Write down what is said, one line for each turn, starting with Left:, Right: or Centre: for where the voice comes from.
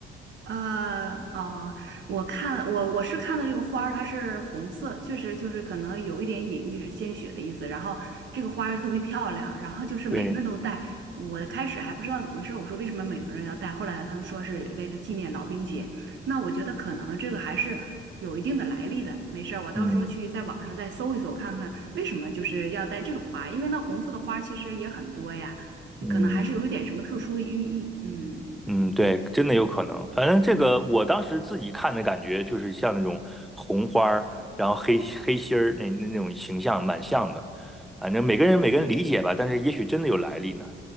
Right: 呃，哦，我看我我是看到这个花儿，它是红色，确实就是可能有一点隐喻是鲜血的意思。然后这个花儿特别漂亮，然后就是每个人都戴。
Centre: 对，
Right: 我开始还不知道怎么回事，我说为什么每个人要戴？后来他们说是为了纪念老兵节。那我觉得可能这个还是有一定的来历的。没事儿我到时候去在网上再搜一搜，
Centre: 嗯
Right: 看看为什么就是要戴这种花，因为那红色的花其实也很多呀，嗯可能还是有一点什么特殊的寓意。
Centre: 嗯
Right: 嗯。
Centre: 嗯，对，真的有可能。反正这个我当时自己看的感觉，就是像那种红花儿，然后黑黑心儿那那那种形象，蛮像的。反正每个人每个人理解吧，但是也许真的有来历呢。